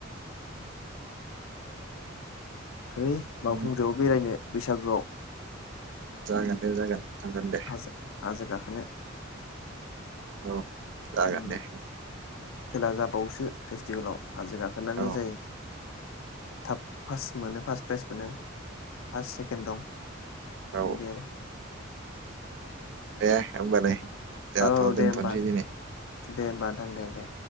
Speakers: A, on the left (about 75°); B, on the right (about 60°).
A: फै
B: उम,
A: बावखुंग्रियाव बेरायनो बैसागोआव।
B: जागोन दे जागोन। थांगोन दे
A: हाजो हाजो गाखोनो।
B: औ जागोन
A: उम
B: दे
A: खेला जाबावसो फेस्टिभेलाव हाजो गाखोनानै
B: औ
A: जायो। थाब फास्ट मोनो फास्ट प्राइज मोनो फास्ट सेकेन्ड दं।
B: औ
A: <unintelligible>
B: दे होमबालाय।
A: आरो
B: दाथ'
A: औ दे
B: दोनथ'
A: होमबा
B: निसै दिनै
A: दे होमबा नोंथां दे दे